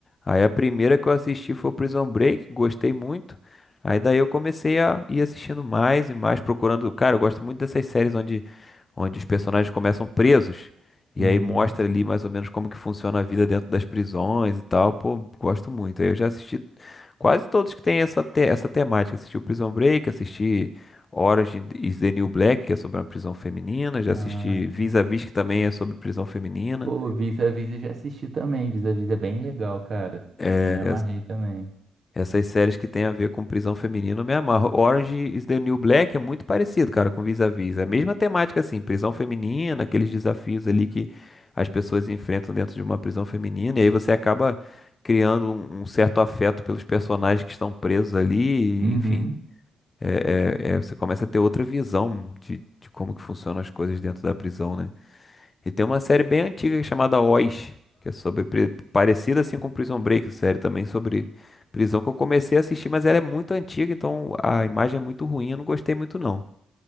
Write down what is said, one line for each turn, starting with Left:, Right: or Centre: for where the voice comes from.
Left: Aí a primeira que eu assisti foi o Prison Break, gostei muito. Aí daí eu comecei a ir assistindo mais e mais, procurando. Cara, eu gosto muito dessas séries onde, onde os personagens começam presos.
Right: Uhum.
Left: E aí mostra ali mais ou menos como que funciona a vida dentro das prisões e tal. Pô, gosto muito. Aí eu já assisti quase todos que tem essa, te- essa temática. Assisti o Prison Break, assisti Orange is the New Black, que é sobre uma prisão feminina. Já
Right: Ah,
Left: assisti
Right: entendi.
Left: Vis-a-Vis, que também é sobre prisão feminina.
Right: Pô, Vis-a-Vis eu já assisti também. Vis-a-Vis é bem legal, cara.
Left: É,
Right: Eu me amarrei
Left: es-
Right: também.
Left: essas séries que tem a ver com prisão feminina, eu me amarro. Orange is the New Black é muito parecido, cara, com Vis-a-Vis. É a mesma temática, assim, prisão feminina, aqueles desafios ali que as pessoas enfrentam dentro de uma prisão feminina. E aí você acaba criando um, um certo afeto pelos personagens que estão presos ali,
Right: Uhum.
Left: e, enfim. É, é- é, você começa a ter outra visão de, de como que funcionam as coisas dentro da prisão, né? E tem uma série bem antiga chamada Oz, que é sobre pri- parecida assim com Prison Break, série também sobre prisão que eu comecei a assistir, mas ela é muito antiga, então a imagem é muito ruim, eu não gostei muito não.